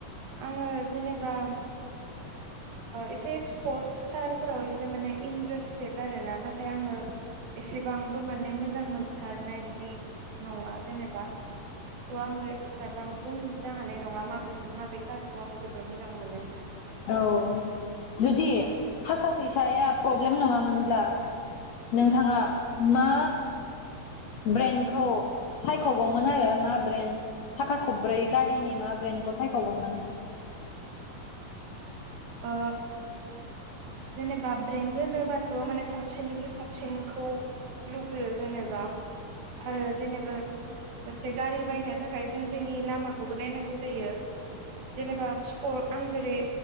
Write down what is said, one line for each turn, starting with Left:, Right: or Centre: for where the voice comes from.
Right: आङो जेनेबा एसे स्पर्टसटारफोराव एसे माने इन्टारेस्टेड आरोना, नाथाय आङो एसेबांबो माने मोजां मोनथारनाय बिदि। नङा जेनेबा। थ' आङो एसेबांं बुंजोबनो हानाय नङा माबे माबे कारखौ आं जोबोर मोजां मोनो।
Left: औ जुदि थाखा फैसाया प्रब्लेम नङामोनब्ला नोंथाङा मा ब्रेन्डखौ सायख'गौमोन आरो मा ब्रेन्ड थाखा खब्रै गारिनि मा ब्रेन्डखौ सायख'गौमोन।
Right: ओ जेनेबा ब्रेन्ड होनोबाथ' माने साबसिननिख्रुइ साबसिनखौ लुगैयो जेनेबा आरो जेनेबा। मोनसे गारि बायनो थाखाय जों जोंनि लामाखौबो नायनांगौ जायो। जेनेबा स्प आं जेरै